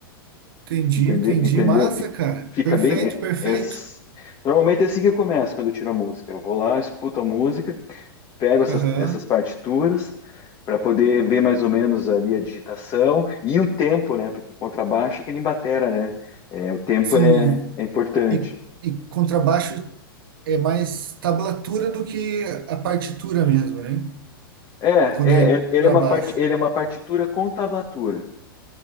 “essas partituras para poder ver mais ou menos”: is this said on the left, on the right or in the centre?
Left